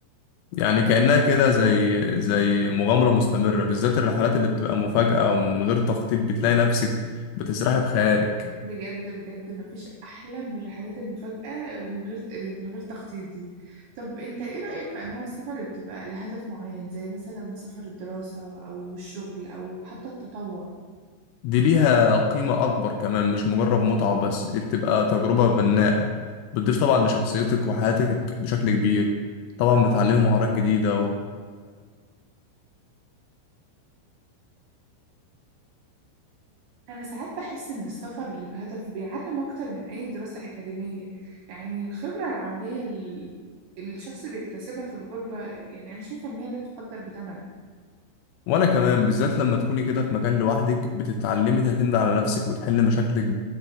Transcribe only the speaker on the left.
يعني كانها كده زي زي مغامره مستمره بالذات الرحلات اللي بتبقى مفاجاه ومن غير تخطيط بتلاقي نفسك بتسرحي بخيالك
دي ليها قيمه اكبر كمان مش مجرد متعه وبس دي بتبقى تجربه بناءه بتضيف طبعا لشخصيتك وحياتك بشكل كبير طبعا بتعلمي مهارات جديده
وانا كمان بالذات لما تكوني كده في مكان لوحدك بتتعلمي تعتمدي على نفسك وتحلي مشاكلك ب-